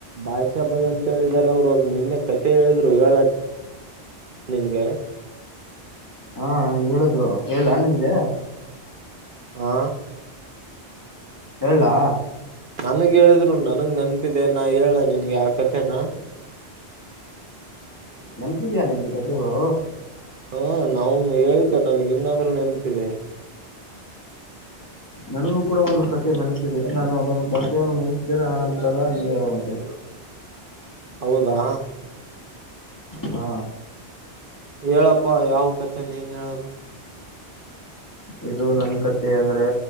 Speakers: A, on the right (about 55°); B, on the left (about 15°).
A: ಭಾಷೆ ಬೈ ಅಂತ ಹೇಳಿದಿದ್ದಾರೆ ಅವರು ನಿನ್ನೆ ಕತೆ ಹೇಳಿದ್ರು ಹೇಳ ನಿನ್ಗೆ
B: ಹಾ ನಂಗೆ ಹೇಳಿದ್ರು ಹೇಳಲಾ ನಿಮ್ಗೆ
A: ಹಾ
B: ಹೇಳಲಾ
A: ನನ್ಗ್ ಹೇಳಿದ್ರು ನನ್ಗ್ ನೆನಪಿದೆ ನಾನ ಹೇಳ ನಿನ್ಗೆ ಆ ಕಥೆನಾ
B: ನೆನಪಿದೆಯಾ ನಿನ್ ಕಥೆಗಳು
A: ಹಾ ನಾನೊಮ್ಮೆ ಹೇಳಿದ್ದೆ ನನಗ್ ಇನ್ನಾದ್ರೂ ನೆನಪಿದೆ
B: ನನಗೂ ಕೂಡ ಒಂದು ಕತೆೆ ನೆನಪಿತದೆ ನಾನು ಅದೊಂದು ಕಥೆಯನ್ನು ಮುಗಿಸ್ತೇನೆ ಆ ನಂತರ ನೀ ಹೇಳ ಮತ್ತೆ
A: ಹೌದಾ
B: ಹಾ
A: ಹೇಳಪ್ಪ ಯಾವ ಕತೆ ನೀನ್ ಹೇಳದು
B: ಇದು ನನ್ ಕತೆೆ ಅಂದ್ರೆ